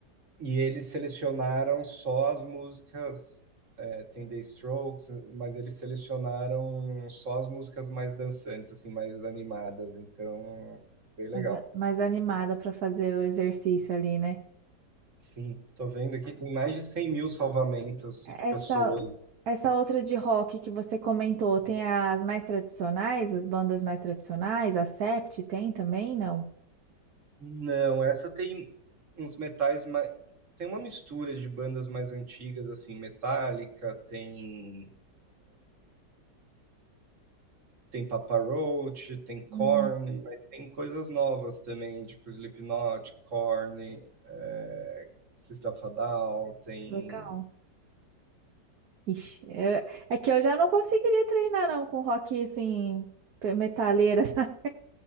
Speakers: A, on the right; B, on the right.
A: E eles selecionaram só as músicas. é, tem The Strokes, mas eles selecionaram só as músicas mais dançantes, assim, mais animadas. Então, bem legal.
B: Mais, a- mais animada para fazer o exercício ali, né?
A: Sim, tô vendo aqui, tem mais de 100 mil salvamentos de
B: Essa,
A: pessoas.
B: essa outra de rock que você comentou, tem as mais tradicionais, as bandas mais tradicionais, a Sept tem também, não?
A: Não, essa tem uns metais mais. Tem uma mistura de bandas mais antigas, assim, Metallica, tem, tem Papa Roach, tem Korn,
B: Hum,
A: mas tem coisas novas também, tipo Slipknot, Korn, é, System of a Down, tem.
B: legal. Ixi, eu- é que eu já não conseguiria treinar não com rock assim, pe- metaleira, <laughs> sabe?